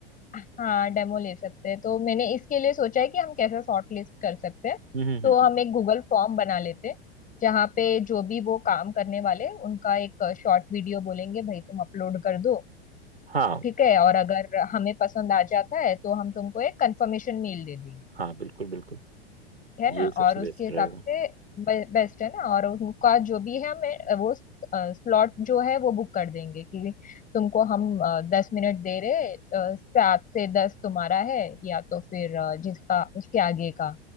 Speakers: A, on the left; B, on the right.
A: हाँ डेमो ले सकते हैं तो मैंने इसके लिए सोचा है कि हम कैसे शॉर्ट लिस्ट कर सकते हैं
B: हम्म हम्म
A: तो
B: हम्म
A: हम
B: हम्म।
A: एक गूगल फॉर्म बना लेते हैं जहाँ पे जो भी वो काम करने वाले हैं, उनका एक शॉर्ट वीडियो बोलेंगे भाई तुम अपलोड कर दो
B: हाँ
A: ठीक है और अगर हमें पसंद आ जाता है तो हम तुमको एक कंफर्मेशन मेल दे देंगे
B: हाँ बिल्कुल बिल्कुल
A: है
B: ये
A: ना
B: सबसे
A: और उसके
B: बेस्ट
A: हिसाब
B: रहेगा
A: से बेस्ट है ना और उनका जो भी है हमें वो स्लॉट जो है वो बुक कर देंगे कि तुमको हम अ, दस मिनट दे रहे अ, सात से दस तुम्हारा है या तो फिर अ, जिसका उसके आगे का